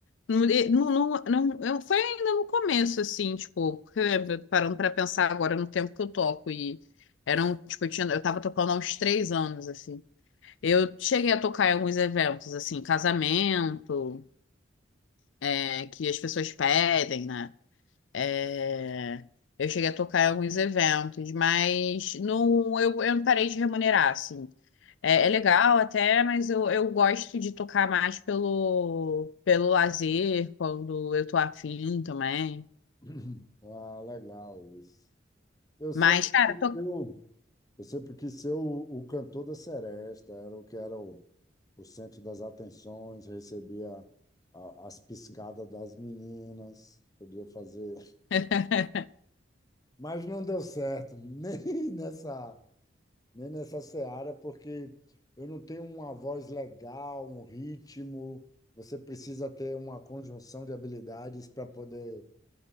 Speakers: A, on the left; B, on the left.
A: no, no, no- no- eu- foi ainda no começo, assim, tipo, porque, eh, parando para pensar agora no tempo que eu toco. E eram, tipo, eu tinha, eu tava tocando há uns três anos, assim. Eu cheguei a tocar em alguns eventos, assim, casamento, é, que as pessoas pedem, né? É, eu cheguei a tocar em alguns eventos, mas não, eu, eu não parei de remunerar, assim. É, é legal até, mas eu, eu gosto de tocar mais pelo, pelo lazer, quando eu tô afim também.
B: <clears throat> Ah, legal isso. Eu
A: Mas,
B: sempre
A: cara,
B: quis
A: to...
B: ser o, eu sempre quis ser o, o cantor da seresta, era o que era o, o centro das atenções, recebia a- as piscadas das meninas, podia fazer.
A: <laughs>
B: Mas não deu certo, nem <laughs> nessa, nem nessa seara, porque eu não tenho uma voz legal, um ritmo. Você precisa ter uma conjunção de habilidades para poder